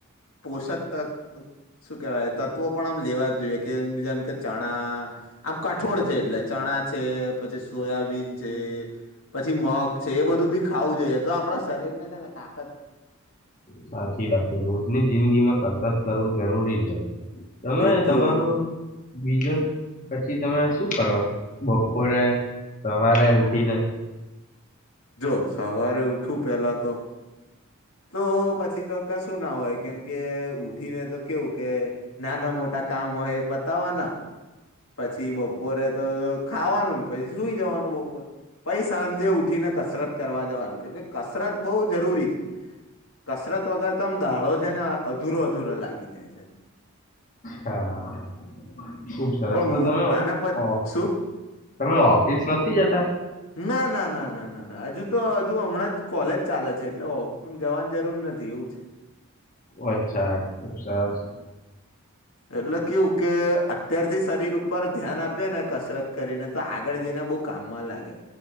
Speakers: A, on the left; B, on the left.
A: પોષક તત શું કેહેવાય તત્વો પણ આમ લેવા જોઈએ કે જેમ કે ચણા આમ કઠોળ છે એટલે ચણા છે પછી સોયાબીન છે પછી મગ છે એ બધું બી ખાવું જોઈએ તો આપડા શરીર ને છે ને તા
B: સાચી વાત છે રોજની જિંદગી માં કસરત કરવું જરૂરી છે તમે
A: એ તો
B: તમારો બીજો પછી તમે શું કરો બપોરે સવારે ઉઠીને
A: જો સવારે ઉઠવું પેલા તો તો પછી તો કશું ના હોય કેમ કે ઉઠીને તો કેવું કે નાના મોટા કામ હોય એ પતાવવાના પછી બપોરે તો ખાવાનું ને પછી સુઈ જવાનું બપોર પછી સાંજે ઉઠીને કસરત કરવા જવાનું કેમ કે કસરત બહુ જરૂરી છે કસરત વગર તો આમ દાડો છે ને અધૂરો અધૂરો લાગી જાય
B: હા ખુબ સરસ
A: હમ
B: તો તમે
A: અને પ
B: ઓ
A: શું
B: તમે ઓફિસ નથી જતા
A: ના ના ના ના ના ના હજુ તો હજુ હમણાં જ કોલેજ ચાલે છે એટલે <unintelligible> જવાની જરૂર નથી તેવું છે નથી
B: અચ્છા ખુબ સરસ
A: એટલે કેવું કે અત્યારથી શરીર ઉપર ધ્યાન આપે ને કસરત કરીને તો આગળ જઈને બહુ કામમાં લાગે